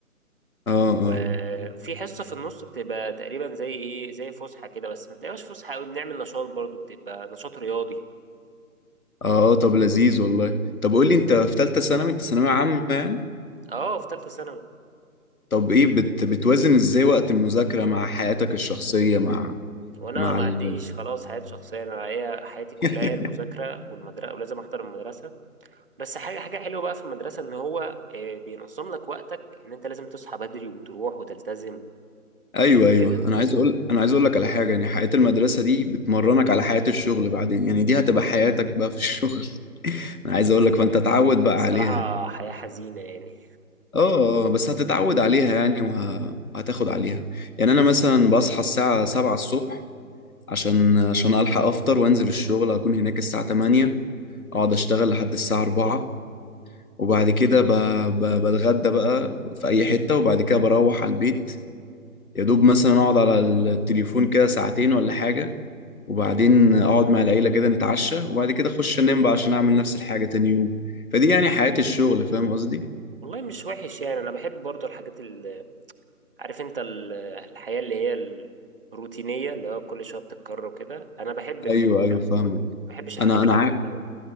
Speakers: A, on the left (about 70°); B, on the right (about 40°).
A: اه
B: وفي
A: اه
B: حصة في النص بتبقى تقريبا زي ايه زي فسحة كده بس ما بتبقاش فسحة قوي بنعمل نشاط برضو بتبقى نشاط رياضي
A: اه آه، طب لذيذ والله طب قول لي انت في ثالثة ثانوي انت ثانوية عامة يعني
B: اه في ثالثة ثانوي
A: طب ايه بت بتوازن ازاي وقت المذاكرة مع حياتك الشخصية مع
B: وانا
A: مع
B: ما
A: ال...
B: عنديش خلاص حياه شخصيه انا هي حياتي كلها
A: <laughs>
B: هي المذاكره والمدرسه ولازم احضر المدرسه بس حاجه حاجه حلوه بقى في المدرسه ان هو آه، بينظم لك وقتك ان انت لازم تصحى بدري وتروح وتلتزم
A: ايوه ايوه
B: كده
A: انا عايز اقول انا عايز اقول لك على حاجه يعني حياه المدرسه دي بتمرنك على حياه الشغل بعدين يعني دي هتبقى حياتك بقى في الشغل <laughs> انا عايز اقول لك فانت اتعود بقى
B: الصراحه
A: عليها
B: حياه حزينه يعني
A: اه آه، بس هتتعود عليها يعني وهتاخد عليها يعني انا مثلا بصحى الساعه 7 الصبح عشان عشان الحق افطر وانزل الشغل اكون هناك الساعه 8 اقعد اشتغل لحد الساعه 4 وبعد كده ب... ب... بتغدى بقى في اي حته وبعد كده بروح على البيت يا دوب مثلا اقعد على التليفون كده ساعتين ولا حاجه وبعدين اقعد مع العيله كده نتعشى وبعد كده اخش انام بقى عشان اعمل نفس الحاجه تاني يوم فدي يعني حياه الشغل فاهم قصدي
B: والله مش وحش يعني انا بحب برضو الحاجات اللي عارف انت ال- الحياه اللي هي الروتينيه اللي هو كل شويه بتتكرر وكده انا بحب الجو
A: ايوه ايوه
B: ده ما
A: فاهمك
B: بحبش الحاجات
A: انا انا
B: الجديده
A: ع...